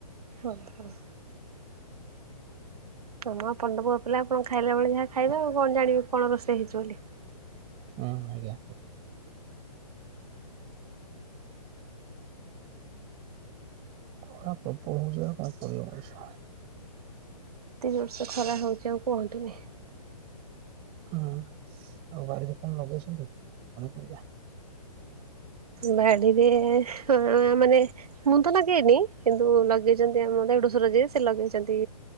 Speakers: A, on the right (about 70°); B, on the right (about 30°).
A: ହଁ ହଁ। ହଁ ଆପଣ ତ ପୁଅ ପିଲା ଆପଣ ଖାଇଲା ବେଳେ ଯାହା ଖାଇବେ ଆଉ କଣ ଜାଣିବେ କଣ ରୋଷେଇ ହେଇଛି ବୋଲି।
B: ଉଁ ଆଜ୍ଞା। ଖରା ପ୍ରବଳ ହଉଛି ଆଉ କଣ କରିବ ମଣିଷ।
A: ଏତେ ଜୋର୍ଷ ଖରା ହେଉଚି ଆଉ କୁହନ୍ତୁନି।
B: ହୁଁ ଆଉ ବାରିରେ କଣ ଲଗେଇଛନ୍ତି ପନିପରିବା?
A: ବାଡ଼ିରେ ହଁ ମାନେ ମୁଁତ ଲଗେଇନି କିନ୍ତୁ ଲଗେଇଚନ୍ତି ଆମ ଦେଡ଼ୁସୁର ଯିଏ ସିଏ ଲଗେଇଚନ୍ତି